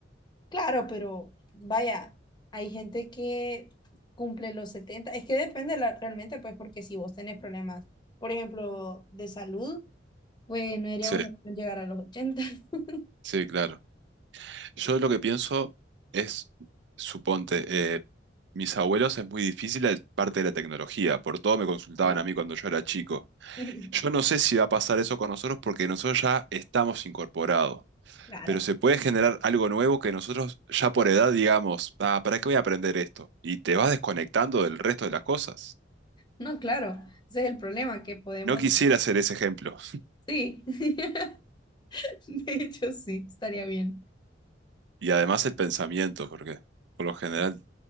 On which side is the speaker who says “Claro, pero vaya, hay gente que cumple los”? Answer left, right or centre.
Left